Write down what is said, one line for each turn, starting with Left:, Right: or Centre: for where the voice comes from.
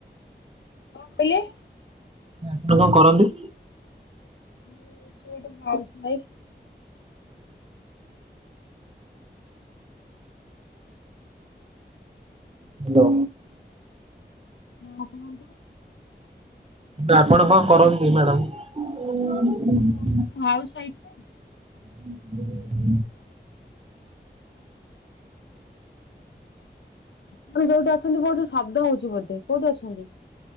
Left: କଣ କହିଲେ?
Right: ଆପଣ କଣ କରନ୍ତି?
Left: ମୁଁ ସେଇଠି <unintelligible>
Right: ହାଲୋ।
Left: ହଁ କୁହନ୍ତୁ।
Right: ତ ଆପଣ କଁ କରନ୍ତି ମ୍ୟାଡାମ୍।
Left: ହଉଛି ସେ ମୁଁ ହାଉସ୍ ୱାଇଫ ପା।
Right: <unintelligible>
Left: ଆପଣ ଯୋଉଠି ଅଛନ୍ତି ବୋହୁତୁ ଶବ୍ଦ ହୋଉଚି ବୋଧେ କୋଉଠି ଅଛନ୍ତି।